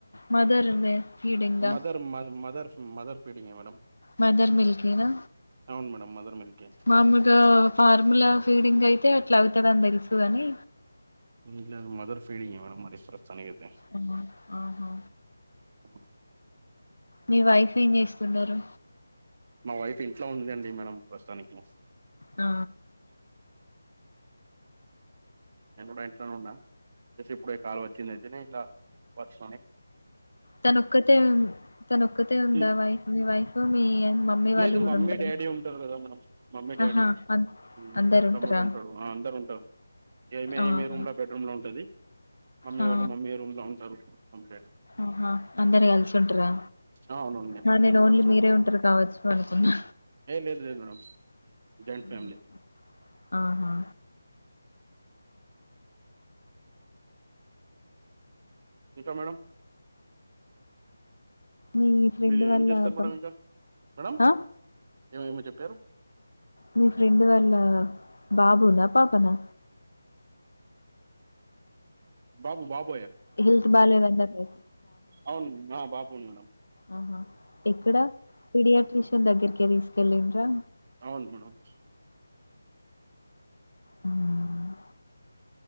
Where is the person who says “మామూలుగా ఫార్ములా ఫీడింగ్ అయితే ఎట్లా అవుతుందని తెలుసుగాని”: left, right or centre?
Left